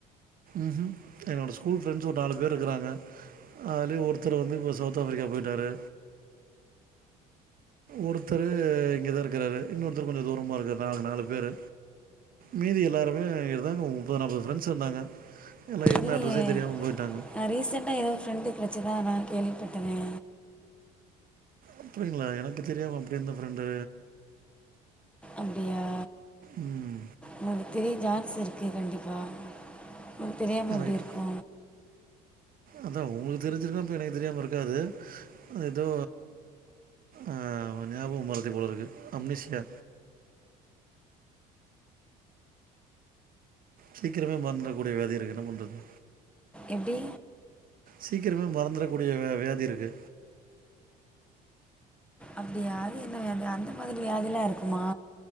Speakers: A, on the right; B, in the centre.
A: ம்ஹூ என்னோட ஸ்கூல் ஃப்ரெண்ட்ஸ் ஒரு நாலு பேர் இக்குறாங்க அதுலயு ஒருத்தர் வந்து இப்போ சவுத் ஆப்பிரிக்கா போயிட்டாரு ஒருத்தரு இங்க தா இருக்குறாரு இன்னொருத்தர் கொஞ்சோ தூரமாக இருக்கார் நாங்க நாலு பேர் மீதி எல்லாருமே இருந்தாங்க ஒரு முப்பது நாப்பது ஃரெண்ட்ஸ் இருந்தாங்க எல்லாம் இருந்த
B: இல்லயே
A: அட்ரஸே தெரியாமல் போயிட்டாங்க
B: நா ரீசெண்டா ஏதோ ஃப்ரெண்டு கிடச்சதா நா கேள்விப்பட்டனே
A: அப்டிங்களா எனக்கு தெரியாம அப்டி எந்த ஃப்ரெண்டு
B: அப்டியா
A: ம்
B: உங்களுக்கு தெரிய சான்ஸ் இருக்கே கண்டிப்பாக உங்களுக்கு தெரியாம
A: எனக்கு
B: எப்டி இருக்கு
A: அதா உங்களுக்கு தெரிஞ்சிருந்தா அப்ப எனக்கு தெரியாம இருக்காது ஏதோ ஆ ஞாபக மறதி போல இருக்கு அம்னீஷியா சீக்கிரமே மறத்திரகூடிய வியாதி இருக்கு என்ன பண்றது
B: எப்டி
A: சீக்கிரமே மறந்துரக்கூடிய வியாதி இருக்கு
B: அப்டியா அது என்ன வியாதி அந்த மாதிரி வியாதில்லா இருக்குமா